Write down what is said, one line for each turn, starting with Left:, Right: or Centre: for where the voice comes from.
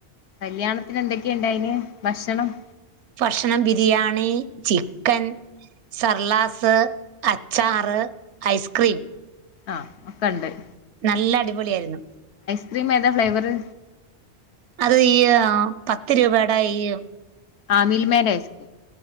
Left: കല്യാണത്തിന് എന്തൊക്കെയുണ്ടായിന് ഭക്ഷണം-
Right: ഭക്ഷണം ബിരിയാണി- ചിക്കൻ സർലാസ് അച്ചാറ് ഐസ്- ക്രീം-
Left: ആ ഒക്കണ്ട്-
Right: നല്ല അടിപൊളിയാരുന്നു-
Left: ക്രീമേതാ ഫ്ലേവറ്-
Right: അത് ഈ യ് പത്ത് രൂപേടെഈ-
Left: ആമിൽമേടെ ഐസ്